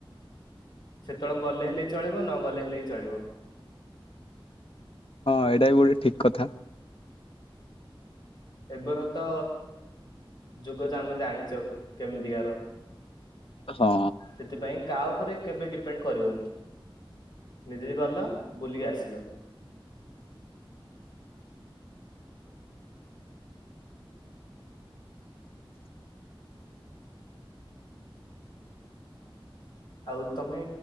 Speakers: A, on the left; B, on the left.
A: <inaudible> ସେତେବେଳେ ଗଲେ ହେଲେ ବି ଚଳିବ ନ ଗଲେ ହେଲେ ବି ଚଳିବ।
B: ହଁ ଏଇଟା ବି ଗୋଟେ ଠିକ କଥା।
A: ଏବେର ତ ଯୁଗ ଯ ଆମେ ଜାଣିଛ କେମି କାର
B: ହଁ
A: ସେଥିପାଇଁ କାହା ଉପରେ କେବେ ଡିପେଣ୍ଡ କରିବନି। ନିଜେ ବି ଗଲ ବୁଲିକି ଆସିଲ। ଆଉ ତମେ